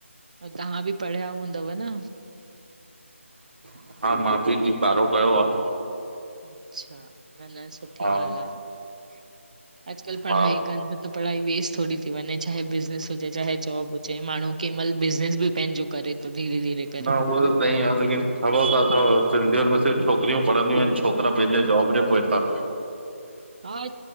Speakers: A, on the right (about 30°); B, on the right (about 50°).
A: ह तव्हां बि पढ़िया हूंदव न।
B: हा। हा मां बि जी ॿारो कयो आ।
A: अच्छा, न न सुठी
B: हा
A: ॻाल्ह आ अॼुकल्ह पढ़ाई
B: हा
A: कनि त त पढ़ाई वेस्ट थोरी थी वञे चाहे बिज़नेस हुजे चाहे जॉब हुजे माण्हू कंहिं महिल बिज़नेस बि पंहिंजो करे तो धीरे-धीरे
B: न उह त सही आ लेकिन खबर त अथव सिंधियुनि में सिर्फ़ छोकिरियूं पढ़ंदियूं आहिनि छोकिरा पंहिंजे जॉब जे पोए तां
A: हा